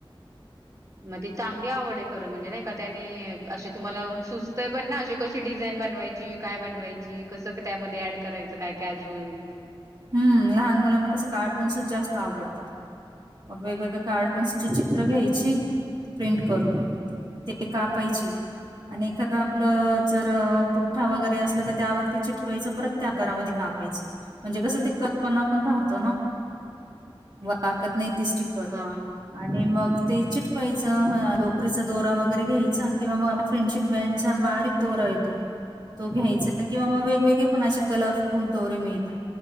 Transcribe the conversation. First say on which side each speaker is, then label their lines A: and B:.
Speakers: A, on the right; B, on the right.
A: मग ती चांगली आवड आहे खरं, म्हणजे नाही का त्यांनी असे तुम्हाला सुचतय पण ना, अशी, कशी डिझाईन बनवायची काय बनवायची. कसं त्यामध्ये ऍड करायचं काय काय अजून
B: हम्म, लहान मुलांना कसं कार्टुन्सच जास्त आवडत. मग, वेगवेगळ्या कार्टून्सचे चित्र घ्यायचे प्रिंट करून. ते कापायची. आणि एखादा आपलं जर पुठ्ठा वगैरे असलं तर त्यावरती चिटकावायचं परत त्या आकारामध्ये कापायचं. म्हणजे कसं ते कटपणा पण राहतो ना, वाकत नाही ते स्टिकर.
A: हां
B: आणि मग ते चिटवायचं, लोकरीचा दोरा वगैरे घ्यायचा. किंवा मग आप फ्रेंडशिप त्याचं बारीक दोरा येतो. तो घ्यायचा किंवा मग वेगवेगळे पण असे कलरफुल दोरे मिळतात.